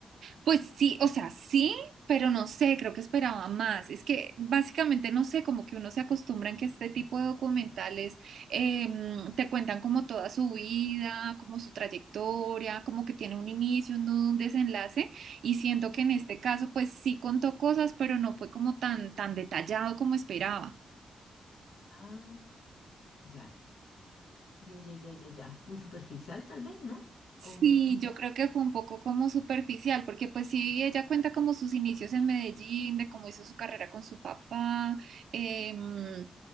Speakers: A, on the right; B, on the left.
A: Pues sí, o sea, sí, pero no sé, creo que esperaba más. Es que básicamente no sé, como que uno se acostumbra en que este tipo de documentales em, te cuentan como toda su vida, como su trayectoria, como que tiene un inicio, un nudo, un desenlace. Y siento que en este caso, pues sí contó cosas, pero no fue como tan, tan detallado como esperaba.
B: Ah, ya, ya, ya, ya, ya, ya. Muy superficial, tal vez, ¿no?
A: Sí,
B: O, m- m-
A: yo creo que fue un poco como superficial, porque pues sí, ella cuenta como sus inicios en Medellín, de cómo hizo su carrera con su papá, em,